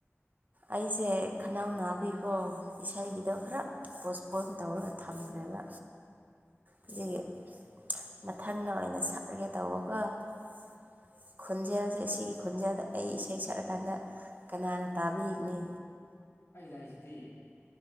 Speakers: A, on the right; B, on the left.
A: ꯑꯩꯁꯦ
B: ꯍꯣꯏ
A: ꯈꯅꯥꯎ ꯅꯥꯕꯤ ꯑꯣ‌ ꯏꯁꯩꯒꯤꯗꯣ ꯈꯔ ꯄꯣꯁꯄꯣꯟ ꯇꯧꯔꯒ ꯊꯝꯈ꯭ꯔꯦꯕ ꯑꯗꯒꯤ
B: ꯑꯣ
A: ꯃꯊꯪꯅ ꯑꯣꯏꯅ ꯁꯛꯂꯒꯦ ꯇꯧꯕꯀ‌ꯣ ꯈ‌ꯣꯟꯖꯦꯜꯁꯦ ꯁꯤꯒꯤ ꯈ‌ꯣꯟꯖꯦꯜꯗ ꯑꯩ ꯏꯁꯩ ꯁꯛꯂꯀꯥꯟꯗ ꯀꯅꯥꯅ ꯇꯥꯕꯤꯒꯅꯤ
B: ꯑꯩ ꯂꯥꯛꯏꯁꯤꯗꯤ